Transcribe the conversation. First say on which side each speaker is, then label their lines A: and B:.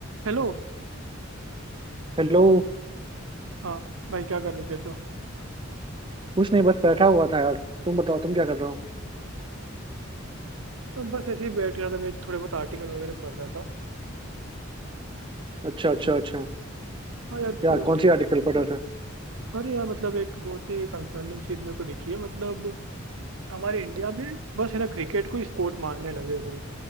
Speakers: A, on the right; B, on the right.
A: हेलो
B: हेलो
A: हाँ भाई क्या कर रहे हो कैसे हो
B: कुछ नहीं बस बैठा हुआ था यार तुम बताओ तुम क्या कर रहे हो
A: अब बस ऐसे ही बैठ रहा था मैं थोड़े बहुत आर्टिकल वगैरह पढ़ रहा था
B: अच्छा अच्छा अच्छा
A: और यार
B: क्या
A: तो
B: कौन सी आर्टिकल पढ़ रहे थे
A: अरे यार मतलब एक बहुत ही कंसर्निंग चीज़ मेरे को दिखी है मतलब हमारे इंडिया में बस है ना क्रिकेट को स्पोर्ट मानने लगे लोग